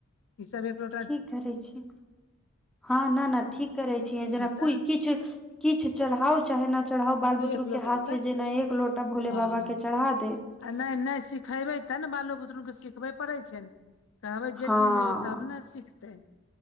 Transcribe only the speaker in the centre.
ठिक करै छी हँ न न ठीक करै छीय जेना
कोइ किछु कि किछु चढ़ाउ चाहे ना चढ़ाउ बाल बुतरु
के हाथ
से जे ना एक लोटा भोले
बाबा के चढ़ा देब
हँ